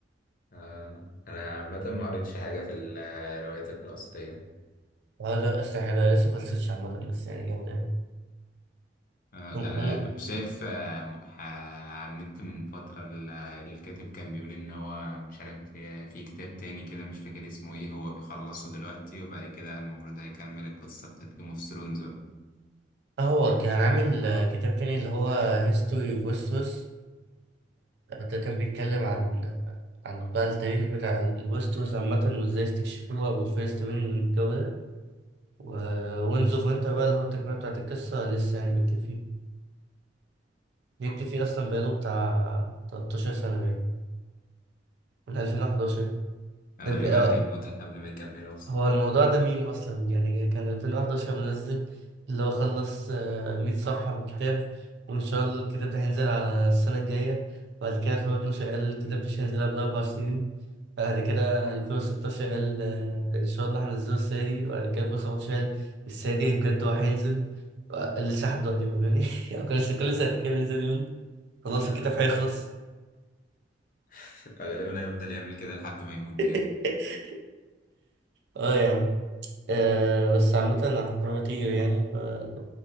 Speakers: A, on the left (about 50°); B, on the right (about 65°).
A: آه. أنا عامة ما قريتش حاجة في الروايات الأصلية
B: اه لا اسلحة حلوة لسه مخلصتش عامة بس يعني جامدة يعني
A: آه،
B: و-
A: انا
B: و-
A: كنت شايف آه، م- ح- على النت من فترة ال- الكاتب كان بيقول ان هو مش عارف في في كتاب تاني كده مش فاكر اسمه ايه هو بيخلصه دلوقتي وبعد كده المفروض هيكمل القصة بتاعت جيم اوف ثرونز
B: آه، هو كان عامل آه، كتاب تاني اللي هو هيستوري اوف ويستروس ده كان بيتكلم عن عن بقى التاريخ بتاع الويستروس عامة وازاي استكشفوها والفيرست مان والجو ده ووينز اوف وينتر بقى اللي هو التكملة بتاعت القصة لسه يعني بيكتب فيه بيكتب فيه أصلا بقاله بتاع 13 سنة باين من 2011
A: غالبا
B: ده بجد
A: هيموت قبل ما يكمله اصلا
B: هو الموضوع ده ميم اصلا يعني كان 2011 منزل اللي هو خلص آه، 100 صفحة من الكتاب وان شاء الله الكتاب ده هينزل على السنة الجاية بعد كده 2012 قال الكتاب مش هينزل قبل اربع سنين بعد كده 2016 قال آه، ان شاء الله هنزله السنة دي وبعد كده 2017 قال السنة دي بجد هو هينزل لسه لحد دلوقتي ما فاهمني <laughs> هو كان لسه <laughs> كل سنتين كده بينزل يقول خلاص
A: آه،
B: الكتاب هيخلص
A: <laughs> غالبا هيفضل يعمل كده لحد ما يموت بجد
B: <laughs> اه يعني آه بس عامة أنا هضطر أطير يعني فكانت